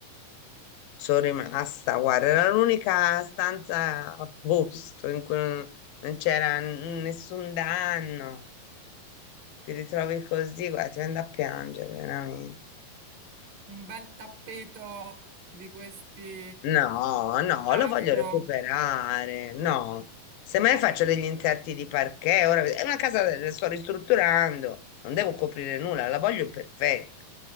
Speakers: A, on the left; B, on the right.
A: sono rimasta,
B: <laughs>
A: guarda, era l'unica stanza a posto in cui non non c'era n- nessun danno. ti ritrovi così, guarda, ti viene da piangere, veramente.
B: Un bel tappeto di questi
A: No, no,
B: afro.
A: lo voglio recuperare. No, semmai faccio degli interti di parquet. Ora è una casa, la sto ristrutturando, non devo coprire nulla, la voglio perfetta.